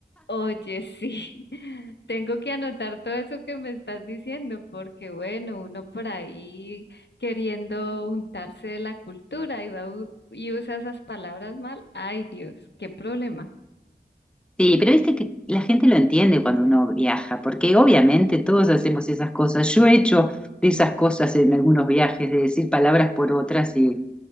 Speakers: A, on the left; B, in the centre.
A: Oye, sí, <laughs> tengo que anotar todo eso que me estás diciendo, porque bueno, uno por ahí queriendo untarse de la cultura y va u- y usa esas palabras mal. Ay, Dios, qué problema.
B: Sí, pero viste que la gente lo entiende cuando uno viaja, porque obviamente todos hacemos esas cosas. Yo he hecho de esas cosas en algunos viajes, de decir palabras por otras, y,